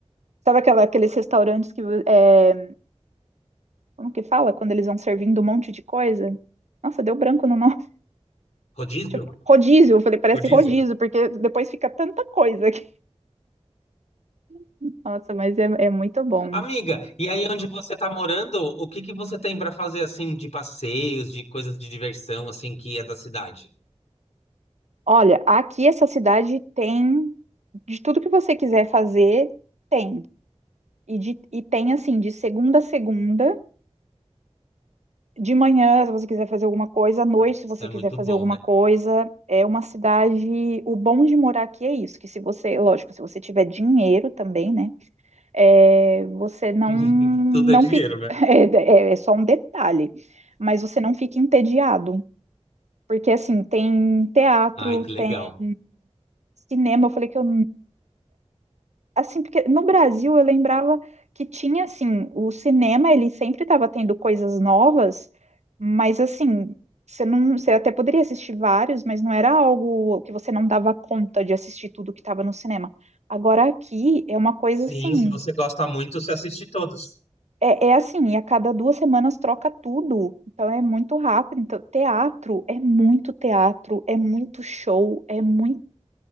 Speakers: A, on the right (about 80°); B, on the left (about 70°).
A: Sabe aquela, aqueles restaurantes que. É, como que fala? Quando eles vão servindo um monte de coisa? Nossa, deu branco no nome. <laughs>
B: Rodízio?
A: Tipo, rodízio, eu falei, parece
B: Rodízio.
A: rodízio, porque depois fica tanta coisa aqui. <laughs> Nossa, mas é, é muito bom.
B: Amiga, e aí onde você tá morando, o que que você tem para fazer, assim, de passeios, de coisas de diversão, assim, que é da cidade?
A: Olha, aqui essa cidade tem de tudo que você quiser fazer, tem. E, de- e tem assim, de segunda a segunda, de manhã, se você quiser fazer alguma coisa, à noite,
B: Ah,
A: se
B: isso
A: você
B: é
A: quiser
B: muito
A: fazer
B: bom,
A: alguma
B: né?
A: coisa, é uma cidade. O bom de morar aqui é isso, que se você, lógico, se você tiver dinheiro também, né? é, você não
B: <laughs>
A: não
B: Tudo é dinheiro,
A: fica
B: né?
A: <laughs> é, é- é só um detalhe, mas você não fica entediado, porque assim tem teatro,
B: Ai, que
A: tem
B: legal.
A: cinema. Eu falei que eu assim, porque no Brasil eu lembrava que tinha, assim, o cinema, ele sempre estava tendo coisas novas, mas, assim, você não, você até poderia assistir vários, mas não era algo que você não dava conta de assistir tudo que estava no cinema. Agora aqui é uma coisa,
B: Sim,
A: assim,
B: se você gosta muito, você assiste todos.
A: é, é assim, e a cada duas semanas troca tudo, então é muito rápido. Então, teatro é muito teatro, é muito show, é muito.